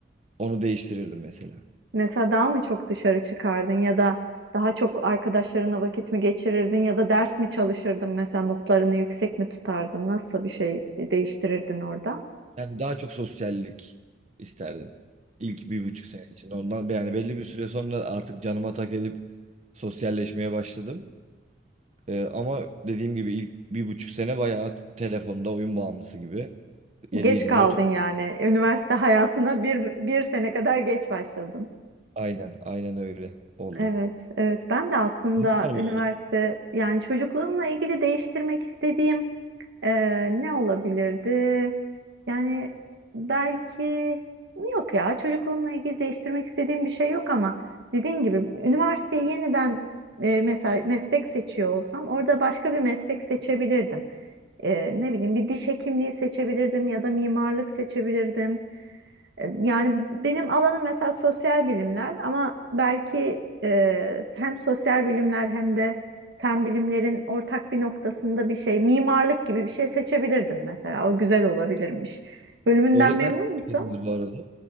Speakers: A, on the right; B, on the right.
A: Onu değiştirirdim mesela.
B: Mesela daha mı çok dışarı çıkardın ya da daha çok arkadaşlarına vakit mi geçirirdin ya da ders mi çalışırdın mesela notlarını yüksek mi tutardın? Nasıl bir şey değiştirirdin orada?
A: Yani daha çok sosyallik isterdim. ilk bir buçuk sene içinde. Ondan yani belli bir süre sonra artık canıma tak edip sosyalleşmeye başladım. E, ama dediğim gibi ilk bir buçuk sene bayağı telefonda oyun bağımlısı gibi. yedi
B: Geç
A: yirmi
B: kaldın
A: dört.
B: yani. Üniversite <laughs> hayatına bir, bir sene kadar geç başladın.
A: aynen aynen öyle oldu.
B: Evet, evet. Ben de aslında
A: Sizin var
B: üniversite
A: mı?
B: yani çocukluğumla ilgili değiştirmek istediğim Ee, ne olabilirdi? Yani belki yok ya çocukluğumla ilgili değiştirmek istediğim bir şey yok ama dediğin gibi üniversiteyi yeniden e, mesela meslek seçiyor olsam orada başka bir meslek seçebilirdim. Ee, ne bileyim bir diş hekimliği seçebilirdim ya da mimarlık seçebilirdim. E, Yani benim alanım mesela sosyal bilimler ama belki e, hem sosyal bilimler hem de fen bilimlerin ortak bir noktasında bir şey, mimarlık gibi bir şey seçebilirdim mesela. O güzel olabilirmiş. Bölümünden
A: Öğretmenlik
B: memnun
A: mi
B: musun?
A: bitirdiniz bu arada?